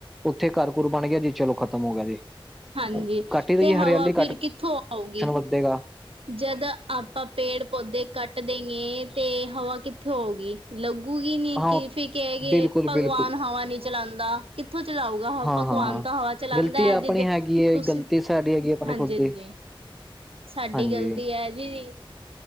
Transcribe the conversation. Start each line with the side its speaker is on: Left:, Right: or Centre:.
Centre: ਓਥੇ ਘਰ-ਘੁਰ ਬਨ ਗਿਆ ਜੀ ਚਲੋ ਖ਼ਤਮ ਹੋ ਗਿਆ ਜੀ।
Right: ਹਾਂਜੀ
Centre: ਕੱਟ ਹੀ ਰਹੀ
Right: ਤੇ ਹਵਾ
Centre: ਹੈ ਹਰਿਆਲੀ
Right: ਫੇਰ ਕਿੱਥੋਂ ਆਓਗੀ।
Centre: ਕੱਟ ਦੇਗਾ।
Right: ਜਦ ਆਪਾਂ ਪੇੜ-ਪੌਦੇ ਕੱਟ ਦੇਏ ਤੇ ਹਵਾ ਕਿੱਥੋ ਆਓਗੀ। ਲੱਗੂਗੀ ਨੀ
Centre: ਹਾਂ
Right: ਕਿ ਫੇਰ ਕਹਿ ਗਏ
Centre: ਬਿਲਕੁਲ
Right: ਭਗਵਾਨ
Centre: ਬਿਲਕੁਲ
Right: ਹਵਾ ਨੀ ਚਲਾਦਾ। ਕਿਥੋਂ ਚਲਾਊਗਾ ਹ
Centre: ਹਾਂ
Right: ਭਗਵਾਨ
Centre: ਹਾਂ ਹਾਂ
Right: ਤਾਂ ਹਵਾ ਚਲਾਦਾ
Centre: ਗ਼ਲਤੀ ਆਪਣੀ
Right: ਐ, ਜਿੱਦ ਤੁਸੀਂ
Centre: ਹੈਗੀ ਹੈ ਗ਼ਲਤੀ ਸਾਡੀ ਹੈਗੀ ਆਪਣੇ
Right: ਹਾਂਜੀ-ਹਾਂਜੀ।
Centre: ਖੁਦ ਦੀ
Right: ਸਾਡੀ
Centre: ਹਾਂਜੀ
Right: ਗਲਤੀ ਐ ਜੀ।